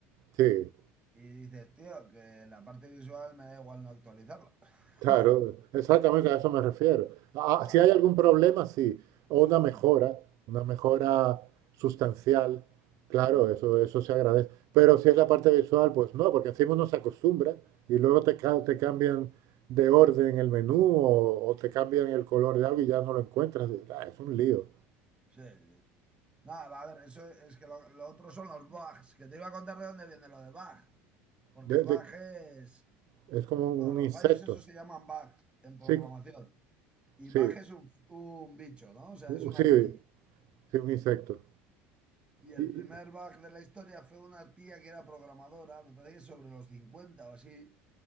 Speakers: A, on the right; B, on the right.
A: Sí,
B: Y dices, tío, que la parte visual me da igual no actualizarla. <laughs>
A: Claro, exactamente a eso me refiero. Ah,
B: Claro.
A: ah, si hay algún problema, sí, o una mejora,
B: Mm,
A: una mejora sustancial,
B: mm,
A: claro,
B: mm.
A: eso, eso se agradece. Pero si es la parte visual, pues no, porque encima uno se acostumbra y luego te, ca- te cambian de orden el menú o, o te cambian el color de algo y ya no lo encuentras. Ah, es un lío.
B: Sí, sí. Nada, a ver, eso es que lo, lo otro son los bugs, que te iba a contar de dónde viene lo de bug, porque
A: De-
B: bug
A: de-
B: es,
A: es como
B: bueno,
A: un,
B: los
A: un insecto.
B: fallos esos se llaman bugs en programación,
A: Sí,
B: y
A: sí,
B: bug es un, un bicho, ¿no? O sea,
A: u-
B: es una
A: sí,
B: polilla.
A: sí, un insecto.
B: Y el
A: Y- y-
B: primer bug de la historia fue una tía que era programadora, me parece que sobre los 50 o así,